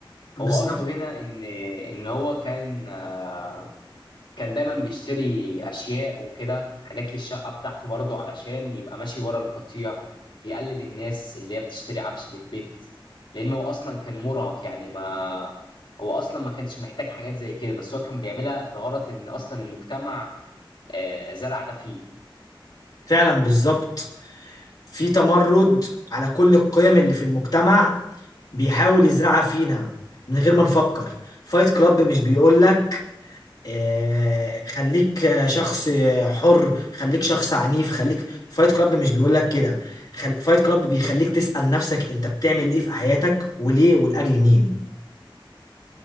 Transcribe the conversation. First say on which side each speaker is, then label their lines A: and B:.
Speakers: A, on the left (about 45°); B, on the left (about 60°).
A: بالظبط
B: هو قصده هنا ان ان هو كان آه، كان دايما بيشتري اشياء وكده حاجات للشقه بتاعته برضه علشان يبقى ماشي ورا القطيع يقلد الناس اللي هي بتشتري عفش للبيت لانه اصلا كان مراهق يعني ما هو اصلا ما كانش محتاج حاجات زي كده بس هو كان بيعملها بغرض ان اصلا المجتمع آه، زرع ده فيه
A: فعلا بالظبط في تمرد على كل القيم اللي في المجتمع بيحاول يزرعها فينا من غير ما نفكر فايت كلاب مش بيقولك آه، خليك آه، شخص آه، حر خليك شخص عنيف خليك فايت كلاب مش بيقول لك كده خل... فايت كلاب بيخليك تسأل نفسك انت بتعمل ايه في حياتك وليه ولأجل مين